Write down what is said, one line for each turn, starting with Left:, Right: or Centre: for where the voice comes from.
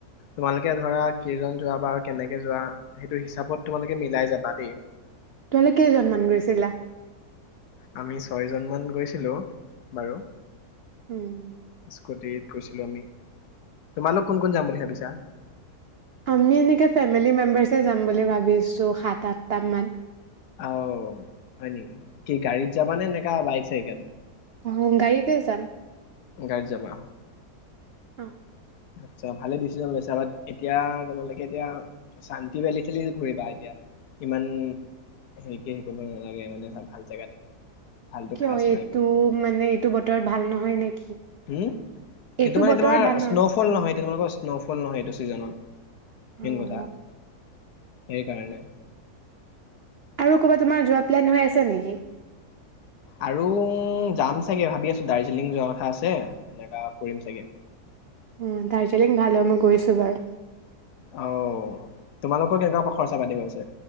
Left: তোমালোকে ধৰা কেইজন যোৱা বা কেনেকে যোৱা সেইটো হিচাপত তোমালোকে মিলাই যাবা দেই
Right: তোমালোক কেইজনমান গৈছিলা
Left: আমি ছয় জনমান গৈছিলো বাৰু
Right: উম,
Left: স্কুটিত গৈছিলো আমি তোমালোক কোন কোন যাম বুলি ভাৱিছা
Right: আমি এনেকে ফেমেলি মেম্বৰচ হে যাম বুলি ভাবিছো সাত আঠটা মান
Left: অহ হয় নেকি কি গাড়ীত যাবা নে এনেকা বাইক চাইকত
Right: অ গাড়ীতে যাম
Left: গাড়ীত যাবা
Right: অ
Left: আচ্ছা ভালে ডিচিশন লৈছা বাট এতিয়া তোমালোকে এতিয়া শান্তি বেলি চেলি ঘূৰিবা এতিয়া ইমান হেৰি কি হেৰি কৰিব নালাগে মানে ভাল জেগাত ভালতো
Right: কিয়
Left: খাচ
Right: এইটো
Left: নাই ইমান
Right: মানে এইটো বতৰত ভাল নহয় নেকি
Left: উম
Right: এইটো
Left: টো মানে
Right: বতৰত
Left: তোমাৰ
Right: ভাল
Left: স্ন'ফল নহয় এতিয়া তোমালোকৰ স্ন'ফল নহয় এইটো ছিজনত
Right: অ',
Left: মেইন কথা সেই কাৰণে
Right: আৰু ক'ৰবাত তোমাৰ যোৱা প্লেন হৈ আছে নেকি
Left: আৰু যাম চাগে ভাবি আছো দাৰ্জিলিং যোৱা কথা আছে এনেকা কৰিম চাগে
Right: অ দাৰ্জিলিং ভাল হয় মই গৈছো বাৰু
Left: অহ তোমালোকৰ কেনেকোৱা খৰচা পাতি গছে